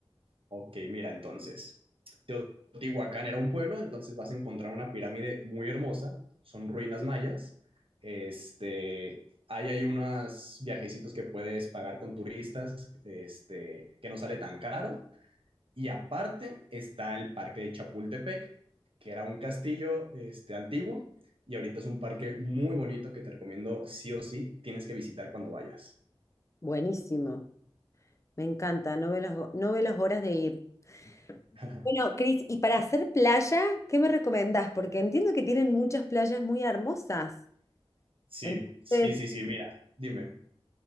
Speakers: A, on the right; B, on the left.
A: Ok, mira, entonces, Teotihuacán era un pueblo, entonces vas a encontrar una pirámide muy hermosa, son ruinas mayas. Este, ahí hay unos viajecitos que puedes pagar con turistas, este, que no sale tan caro. Y aparte está el parque de Chapultepec, que era un castillo, este, antiguo, y ahorita es un parque muy bonito que te recomiendo sí o sí, tienes que visitar cuando vayas.
B: Buenísimo. Me encanta, no veo las, ho- no veo las horas de ir.
A: <laughs>
B: Bueno, Cris, y para hacer playa, ¿qué me recomendás? Porque entiendo que tienen muchas playas muy hermosas.
A: Sí,
B: Entonces,
A: sí, sí, sí, mira, dime.